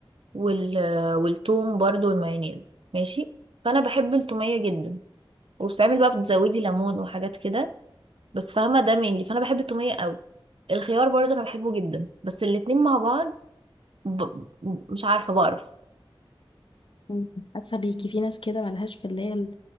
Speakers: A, on the right; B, on the left.
A: وال والثوم برضو والمايونيز ماشي فانا بحب التومية جدا وبتتعمل بقى بتزودي ليمون وحاجات كده بس فاهمة ده مين فانا بحب التومية قوي الخيار برضو انا بحبه جدا بس الاتنين مع بعض ب... مش عارفة بقرف
B: وم- حاسة بيكي في ناس كده ملهاش في اللي هي